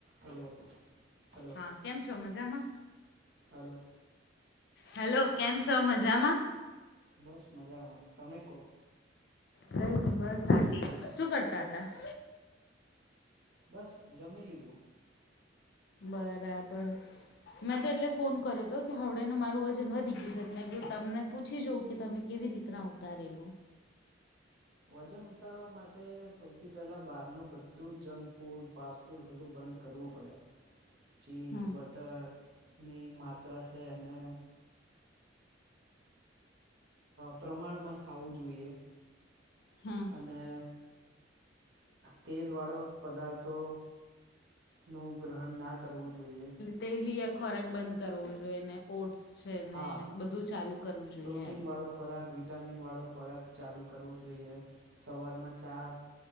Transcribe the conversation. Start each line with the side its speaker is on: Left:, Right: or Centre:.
Right: હલો હલો
Left: હા કેમ છો મજામાં?
Right: હલો
Left: હેલો કેમ છો મજામાં?
Right: બસ મજામાં તમે કો?
Left: કઈ નહી બસ શાંતિ શું કરતા હતા? <inaudible>
Right: બસ જમી લીધું
Left: બરાબર. મેં તો એટલે ફોન કર્યો હતો કે હવડેનું મારું વજન વધી ગયું છે મે કે તમને પૂછી જઉું કે તમે કેવી રીતના ઉતારેલું.
Right: વજન ઉતારવા માટે સૌથી પેલા બારનુ બધું જંક ફૂડ ફાસ્ટ ફૂડ બધું બંધ કરવું પડે ચીઝ
Left: હમ
Right: બટર ટર ની માત્રા છે અને પ્રમાણમાં ખાવું જોઈએ.
Left: હા.
Right: અને તેલવાળા પદાર્થો નું ગ્રહણ ના કરવું જોઈએ.
Left: તેલી આ ખોરાક બંધ કરવો જોઈએ ને ઓટ્સ છેને
Right: હા
Left: બધું ચાલુ કરવું જોઈએ
Right: પ્રોટીનવાળો
Left: એમ.
Right: ખોરાક વિટામિન વાળો ખોરાક ચાલુ કરવો જોઈએ સવારમાં ચા